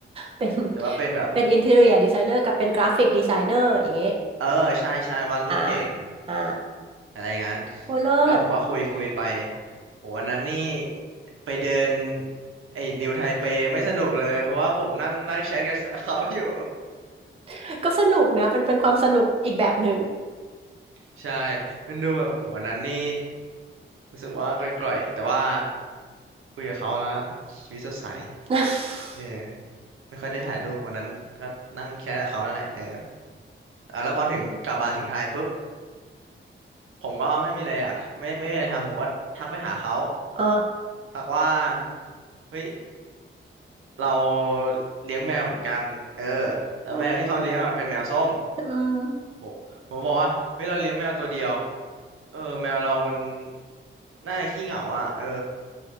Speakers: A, on the right; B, on the right.
A: เป็น
B: แต่ว่าเป็นแบบ
A: เป็นอินทีเรียดีไซเนอร์กับเป็นกราฟิกดีไซเนอร์อย่างเงี้ย
B: เออใช่ใช่วาดรูปเก่ง
A: อ่า อ่า
B: อะไรงั้น
A: โอ้เลิศ
B: แล้วผมก็คุยคุยไปโหวันนั้นนี่ไปเดินไอ้นิวไทเปไม่สนุกเลยเพราะว่าผมนั่งนั่งแชทกับเขาอยู่
A: <laughs> ก็สนุกนะเป็นเป็นความสนุกอีกแบบหนึ่ง
B: <laughs> ใช่มันดูแบบโอ้โหวันนั้นนี่รู้สึกว่ากร่อยๆแต่ว่าคุยกับเขาแล้วชีวิตสดใส
A: <laughs>
B: เออไม่ค่อยได้ถ่ายรูปวันนั้นก็นั่งแชทกับเขานั่นแหละเอออ่ะแล้วพอถึงกลับมาถึงไทยปุ๊บผมก็ไม่มีอะไรอยากไม่ไม่มีอะไรทำผมก็ทักไปหาเขา
A: เออ
B: ทักว่าเฮ้ย เราเลี้ยงแมวเหมือนกันเออแล้วแมวที่เขาเลี้ยงอะมันเป็นแมวส้ม
A: โอ้ยอืม
B: โหผมบอกว่าเฮ้ยเราเลี้ยงแมวตัวเดียวเออแมวเรามันน่าขี้เหงาอ่ะเออ